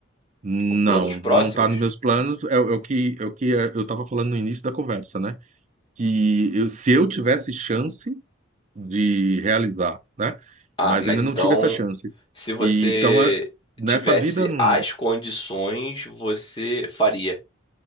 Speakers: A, on the right; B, on the left.
A: Não,
B: tipo, planos próximos?
A: não tá nos meus planos. É, o é o que, é o que é, eu estava falando no início da conversa, né? Que eu- se eu tivesse chance de realizar, né?
B: Ah,
A: Mas
B: mas
A: ainda
B: então,
A: não tive essa chance.
B: se você
A: E, então, é- nessa
B: tivesse
A: vida, hum,
B: as condições, você faria.